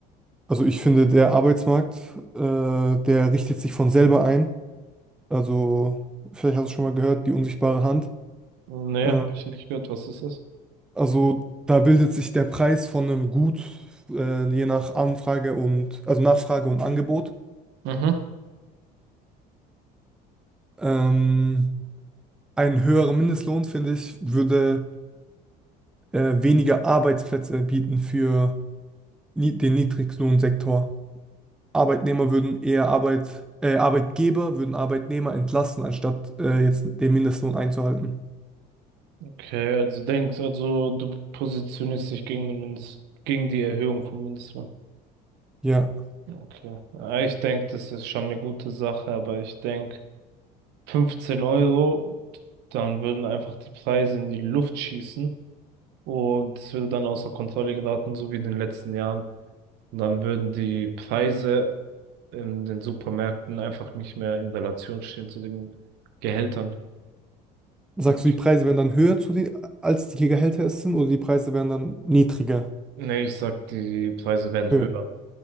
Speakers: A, in the centre; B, on the right (about 75°).
A: Also ich finde, der Arbeitsmarkt, äh, der richtet sich von selber ein. Also vielleicht hast du schon mal gehört, die unsichtbare Hand.
B: Nee,
A: Äh,
B: habe ich nicht gehört. Was ist das?
A: Also da bildet sich der Preis von einem Gut äh, je nach Anfrage und also Nachfrage und Angebot.
B: Mhm.
A: Ähm, ein höherer Mindestlohn, finde ich, würde äh, weniger Arbeitsplätze bieten für ni den Niedriglohnsektor. Arbeitnehmer würden eher Arbeit, äh, Arbeitgeber würden Arbeitnehmer entlassen, anstatt äh, jetzt den Mindestlohn einzuhalten.
B: Okay, also denkst, also du positionierst dich gegen den Mindest, gegen die Erhöhung vom Mindestlohn.
A: Ja.
B: Okay. Ja, ich denke, das ist schon eine gute Sache, aber ich denke, 15 Euro, dann würden einfach die Preise in die Luft schießen. Und es würde dann außer Kontrolle geraten, so wie in den letzten Jahren. Und dann würden die Preise in den Supermärkten einfach nicht mehr in Relation stehen zu den Gehältern.
A: Sagst
B: Also ich,
A: du, die Preise wären dann höher zu den, als die Gehälter es sind oder die Preise wären dann niedriger,
B: nee, ich sag, die Preise werden
A: höher?
B: höher.